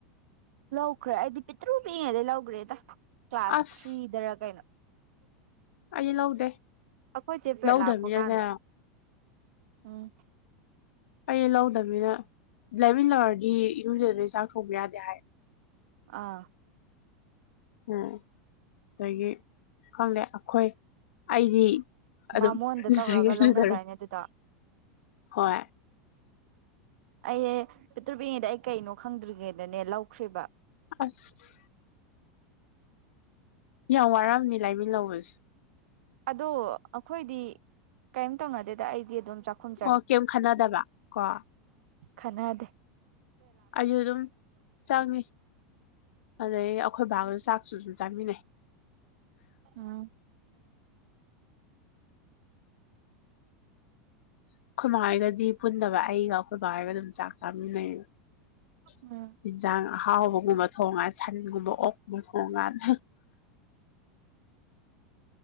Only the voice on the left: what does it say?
ꯑꯁ
ꯑꯩ ꯂꯧꯗꯦ
ꯂꯧꯗꯕꯅꯤꯅꯅꯦ
ꯑꯩ ꯂꯧꯗꯕꯅꯤꯅ ꯂꯩꯃꯤꯟ ꯂꯧꯔꯗꯤ ꯏꯨꯝꯁꯤꯗꯩ ꯆꯥꯛ ꯊꯣꯡꯕ ꯌꯥꯗꯦ ꯍꯥꯏ
ꯎꯝ ꯑꯗꯒꯤ ꯈꯪꯪꯂꯗꯦ ꯑꯩꯈꯣꯏ ꯑꯩꯗꯤ ꯑꯗꯨꯝ
ꯂꯨꯖꯒꯦ
ꯂꯨꯖꯔꯣꯏ
ꯍꯣꯏ
ꯑꯁ ꯌꯥꯝ ꯋꯥꯔꯝꯅꯤ ꯂꯥꯏꯃꯤꯟꯅꯧꯕꯁꯦ
ꯑꯣ ꯀꯩꯝ ꯈꯟꯅꯗꯕ ꯀꯣ
ꯑꯩꯁꯨ ꯑꯗꯨꯝ ꯆꯪꯉꯤ ꯑꯗꯩ ꯑꯩꯈꯣꯏ ꯚꯕꯥꯒꯗ ꯆꯥꯛꯁꯨ ꯑꯗꯨꯝ ꯆꯥꯃꯤꯟꯅꯩ
ꯑꯩꯈꯣꯏꯃ ꯍꯥꯏꯔꯒꯗꯤ ꯄꯨꯟꯗꯕ ꯑꯩꯒ ꯑꯩꯈꯣꯏꯕꯥ ꯍꯥꯏꯔꯒ ꯑꯗꯨꯝ ꯆꯥꯛ ꯆꯥꯃꯤꯟꯅꯩꯌꯦ
ꯖꯥꯡ ꯑꯍꯥꯎꯕꯒꯨꯝꯕ ꯊꯣꯡꯉꯀꯥꯟꯗ ꯁꯟꯒꯨꯝꯕ ꯑꯣꯛꯀꯨꯝꯕ ꯊꯣꯡꯀꯥꯟꯗ